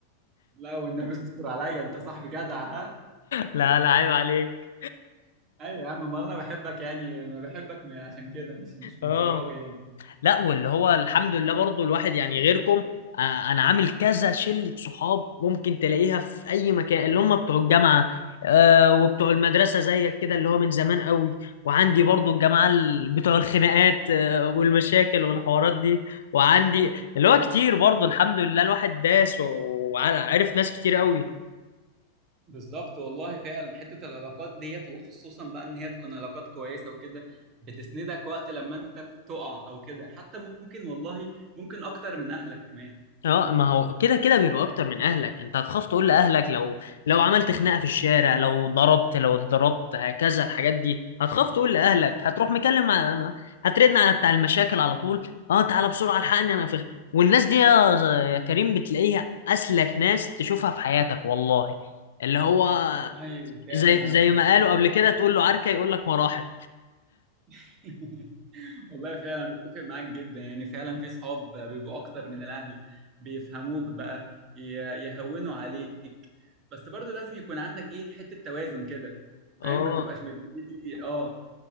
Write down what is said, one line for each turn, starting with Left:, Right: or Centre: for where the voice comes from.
Right: لا والنبي استر عليا انت صاحبي جدع ها
Left: لا لا عيب عليك
Right: ايوه يا عم ما انا بحبك يعني انا بحبك من- عشان كده مش مش من
Left: اه
Right: فراغ يعني
Left: لا واللي هو الحمد لله برضو الواحد يعني غيركم آه، انا عامل كذا شلة صحاب ممكن تلاقيها في اي مكان اللي هم بتوع الجامعة آه، وبتوع المدرسة زيك كده اللي هو من زمان قوي وعندي برضو الجماعة ال- بتوع الخناقات آه، والمشاكل والحوارات دي وعندي اللي هو كتير برضو الحمد لله الواحد داس و- وعرف ناس كتير قوي
Right: بالظبط والله فعلا حته العلاقات ديت وخصوصا بقى ان هي تكون علاقات كويسه وكده بتسندك وقت لما انت تقع او كده حتى ممكن والله ممكن اكتر من اهلك كمان
Left: اه ما هو كده كده بيبقى اكتر من اهلك انت هتخاف تقول لاهلك لو لو عملت خناقه في الشارع لو ضربت لو اتضربت هكذا الحاجات دي هتخاف تقول لاهلك هتروح مكلم ع- هترن على بتاع المشاكل على طول اه تعالى بسرعه الحقني انا في والناس دي يا يا كريم بتلاقيها اسلك ناس تشوفها في حياتك والله اللي هو
Right: والله فعلا
Left: زي
Right: انا
Left: زي
Right: متفق
Left: ما قالوا
Right: معاك
Left: قبل كده تقول له عركه يقول لك مراحب
Right: <laughs> والله فعلا متفق معاك جدا يعني فعلا في صحاب بيبقوا اكتر من الاهل بيفهموك بقى ي- يهونوا عليك بس برضو لازم يكون عندك ايه حتة توازن كده
Left: اه
Right: فاهم ما تبقاش مدي مدي- اه